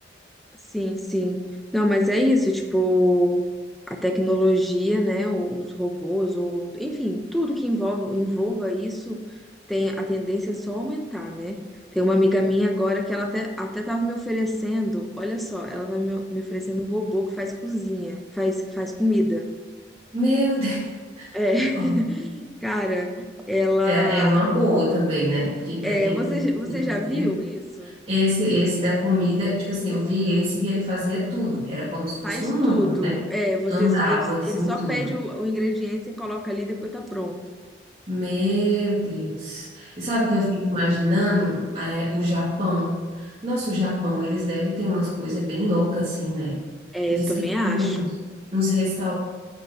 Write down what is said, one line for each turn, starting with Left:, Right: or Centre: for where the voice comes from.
Centre: Sim, sim. Não, mas é isso, tipo, a tecnologia, né, o- os robôs, o, enfim, tudo que envolve, envolva isso tem a tendência é só aumentar, né? Tem uma amiga minha agora que ela até, até tava me oferecendo, olha só, ela tava me, me oferecendo um robô que faz cozinha, faz, faz comida.
Right: Meu Deus!
Centre: É, <laughs>
Right: Ó,
Centre: cara, ela.
Right: É, é uma boa também, né? Porque para
Centre: É,
Right: quem
Centre: você,
Right: cozinha
Centre: j- você
Right: todo
Centre: já viu
Right: dia,
Centre: isso?
Right: esse esse da comida, tipo assim, eu vi esse que ele fazia tudo, que era como se fosse
Centre: Faz
Right: um humano,
Centre: tudo.
Right: né?
Centre: É, você,
Right: Andava
Centre: ele,
Right: assim
Centre: ele só
Right: tudo.
Centre: pede o, o ingrediente, você coloca ali e depois tá pronto.
Right: Meu Deus. E sabe o que eu fico imaginando? É, o Japão. Nossa, o Japão, eles devem ter umas coisas bem loucas, assim, né?
Centre: É,
Right: Diz
Centre: eu também
Right: que tem
Centre: acho.
Right: uns, uns restaurantes